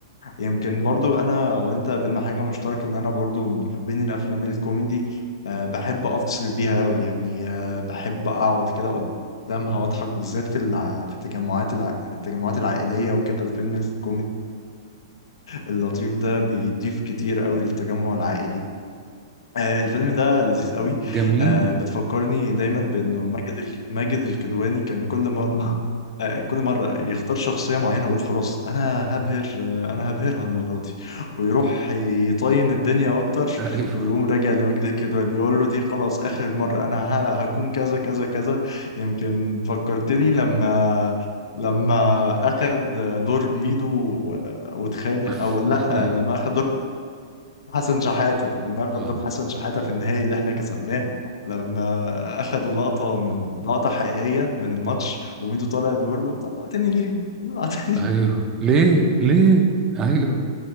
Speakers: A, on the left (about 85°); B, on the right (about 20°).
A: يمكن برضو انا وانت بينا حاجة مشتركة ان انا برضو من محبين الافلام الكوميدي آه بحب افصل بيها قوي يعني آه بحب اقعد كده قدامها واضحك بالذات في الع- في التجمعات التجمعات العائلية وكده الفيلم الكوميدي اللطيف ده بيضيف كتير قوي للتجمع العائلي آه، الفيلم ده لذيذ قوي
B: جميل
A: آه، بتفكرني دايما بانه ماجد الك- ماجد الكدواني كان كل مره <laughs> آه، كل مره يختار شخصيه معينه ويقول خلاص انا هبهر آه، انا هبهرها المره دي ويروح يطين الدنيا اكتر
B: ايوه
A: ويقوم راجع لماجد الكدواني يقول له دي خلاص اخر مره انا ه- هكون كذا كذا كذا يمكن فكرتني لما لما اخد دور ميدو و- واتخانق
B: <laughs>
A: او لا
B: ايوه
A: لما اخد دور حسن شحاتة لما أخد
B: اه
A: دور حسن شحاتة في النهائي اللي إحنا كسبناه لما أخدوا لقطة من لقطة حقيقية من الماتش وميدو طالع بيقول له طلعتني ليه؟ طلعتني ليه؟
B: ايوه ليه ليه
A: <laughs> يعني
B: ايوه